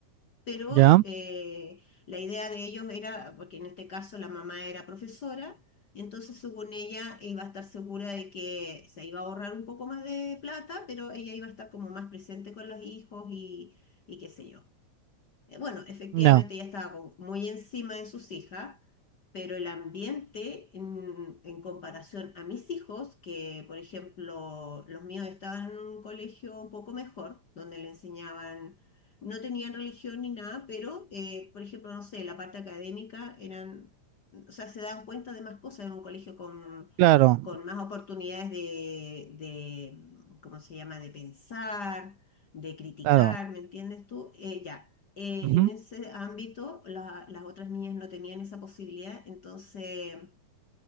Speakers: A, on the left; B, on the right.
A: pero
B: ¿Ya?
A: eh, la idea de ellos era, porque en este caso la mamá era profesora, entonces según ella iba a estar segura de que se iba a ahorrar un poco más de plata, pero ella iba a estar como más presente con los hijos y, y qué sé yo. Eh, Bueno, efectivamente
B: No,
A: ella estaba como muy encima de sus hijas, pero el ambiente en, en comparación a mis hijos, que por ejemplo los míos estaban en un colegio un poco mejor, donde le enseñaban, no tenían religión ni nada, pero eh, por ejemplo, no sé, la parte académica eran, o sea, se dan cuenta de más cosas en un colegio con,
B: claro,
A: con más oportunidades de, de, ¿cómo se llama?, de pensar de criticar,
B: claro.
A: ¿me entiendes tú? Eh, ya, eh,
B: ujú.
A: en ese ámbito la- las otras niñas no tenían esa posibilidad, entonces